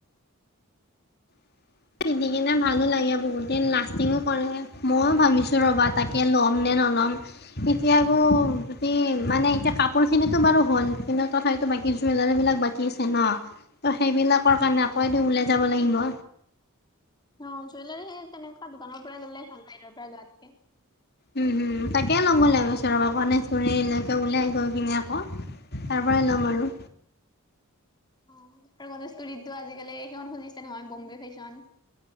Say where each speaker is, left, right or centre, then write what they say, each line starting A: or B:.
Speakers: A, on the left; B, on the left.
A: <unintelligible> পিন্ধি কিনে ভালো লাগে বহুত দিন লাষ্টিং কৰে ময়ো ভাবিছো ৰবা তাকে ল'ম নে নল'ম এতিয়া আকৌ যদি মানে এতিয়া কাপোৰ খিনিতো বাৰু হ'ল কিন্তু তথাপিতো বাকী জুৱেলাৰী বিলাক বাকী আছে ন। সেইবিলাকৰ
B: উম
A: কাৰণে আকৌ এদিন ওলাই যাব লাগিব।
B: অ জুৱেলাৰী তেনেকুৱা দোকানৰ পৰাই ল'লে ভাল বাহিৰৰ পৰাই লোৱাতকে।
A: উম হম তাকে লম বুলি ভাবিছো লাগ ওচৰ পৰা গণেশগুৰিলৈকে ওলাই গৈ কিননে আকৌ। তাৰ পৰাই লম আৰু
B: অ আৰু গণেশ গুৰিতটো আজিকালি সেইখন খুলিছে নহয় বম্বে ফেশ্বন।